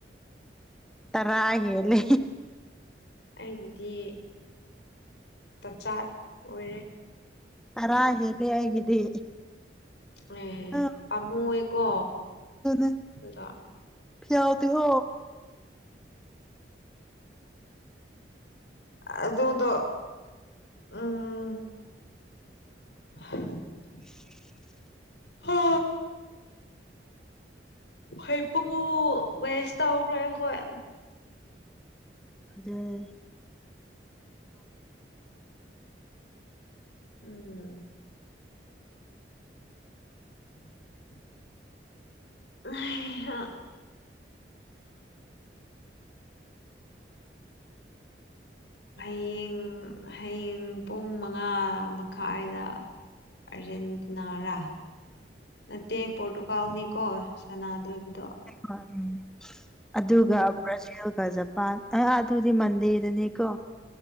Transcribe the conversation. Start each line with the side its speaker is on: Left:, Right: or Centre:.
Centre: ꯇꯔꯥ ꯍꯦꯂ
Left: ꯑꯩꯒꯤꯗꯤ ꯇꯆꯥꯠ ꯑꯣꯏꯔꯦ
Centre: ꯇꯔꯥ ꯍꯦꯜꯂꯤ ꯍꯥꯏꯒꯗꯤ
Left: ꯑꯦ
Centre: ꯑ
Left: ꯄꯥꯝꯃꯨꯑꯦꯀꯣ
Centre: ꯑ
Left: ꯑꯗꯨꯗꯣ
Centre: ꯐꯤ ꯌꯥꯎ ꯍꯣ
Left: ꯑꯗꯨꯗꯣ ꯎꯝ <inaudible>
Centre: <inaudible>
Left: ꯍ ꯍꯣꯏ ꯄꯨꯡꯉ ꯋꯦꯁ ꯇꯧꯈ꯭ꯔꯦ ꯍꯈꯣꯏ
Centre: ꯑꯗꯗ
Left: ꯎꯝ <inaudible> ꯑ ꯍꯌꯦꯡ ꯍꯌꯦꯡ ꯄꯨꯡ ꯃꯉꯥ ꯃꯈꯥꯏꯗ ꯔꯔꯗꯅꯥꯔꯥ ꯅꯠꯇꯦ ꯄꯣꯔꯇꯨꯒꯥꯜꯅꯤꯀꯣ ꯁꯅꯥꯗ ꯑꯣꯏꯕꯗ
Centre: ꯍ ꯎꯝ ꯑꯗꯨꯒ
Left: ꯎꯝ
Centre: ꯕ꯭ꯔꯥꯖꯤꯜꯒ ꯖꯄꯥꯟ ꯑ ꯑꯗꯨꯗꯤ ꯃꯟꯗꯦꯗꯅꯤꯀꯣ